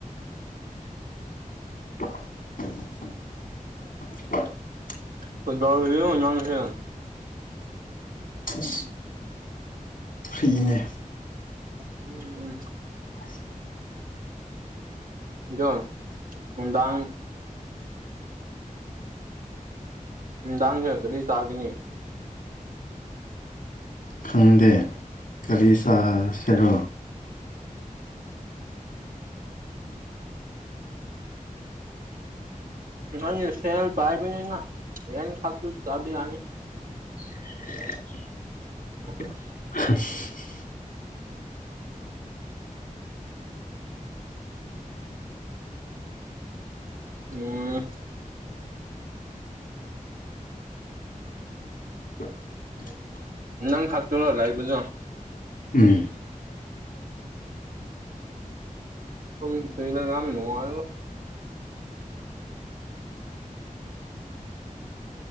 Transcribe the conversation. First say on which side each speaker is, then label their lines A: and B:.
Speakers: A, on the left; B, on the right.
A: <unintelligible>
B: ꯀꯩꯗꯧꯔꯤꯅꯣ ꯅꯪꯁꯦ?
A: ꯑꯁ ꯐ꯭ꯔꯤꯅꯦ꯫
B: <unintelligible>
A: <unintelligible>
B: ꯑꯗꯣ ꯅꯨꯝꯗꯥꯡ ꯅꯨꯡꯗꯥꯡꯁꯤ ꯀꯔꯤ ꯆꯥꯒꯅꯤ?
A: ꯈꯪꯗꯦ꯫ ꯀꯔꯤ ꯆꯁꯦꯔꯣ?
B: ꯅꯪꯅ ꯁꯦꯜ ꯄꯥꯏꯕꯅꯤꯅ ꯅꯪ ꯈꯛꯇ ꯆꯥꯕꯥ ꯌꯥꯅꯤ꯫
A: <unintelligible>
B: <unintelligible>
A: <unintelligible>
B: ꯎꯝ
A: <unintelligible>
B: ꯅꯪ ꯈꯛꯇꯔꯣ ꯂꯩꯕꯗꯨ?
A: ꯎꯝ
B: ꯎꯝ ꯁꯤꯗ ꯌꯥꯝ ꯅꯨꯡꯉꯥꯏꯔꯦꯕꯣ